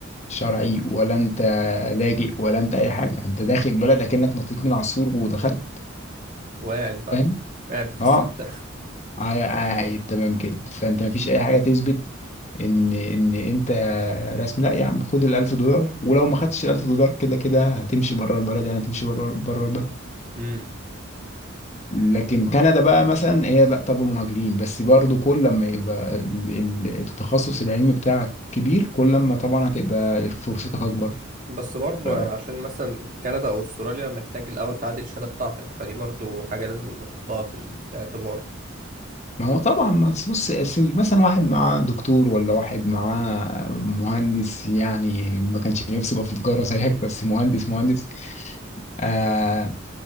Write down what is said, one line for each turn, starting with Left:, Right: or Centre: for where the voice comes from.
Left: شرعي ولا انت لاجئ ولا انت اي حاجه انت داخل بلد اكنك نطيت من عصفور ودخلت
Right: وقاعد بقى
Left: فاهم
Right: قاعد بتستمتع
Left: اه عاي- عاي- تمام كده فانت مفيش اي حاجه تثبت ان ان انت رسمي لا يا عم خد الألف دولار ولو ما خدتش الألف دولار كده كده هتمشي بره البلد يعني هتمشي بره بره البلد
Right: امم
Left: لكن كندا بقى مثلا هي لا طب مهاجرين بس برضو كل لما يبقى ال- ال- التخصص العلمي بتاعك كبير كل لما طبعا هتبقى فرصتك اكبر
Right: <laughs> بس برضو
Left: ف-
Right: يعني عشان مثلا كندا أو أستراليا محتاج الأول تعدل الشهادة بتاعتك فدي برضو حاجة لازم نحطها في الاعتبار
Left: ما هو طبعا ما تبص أصل مثلا واحد معاه دكتور ولا واحد معاه مهندس يعني ما كانش نفسه يبقى في تجارة زيك بس مهندس مهندس آه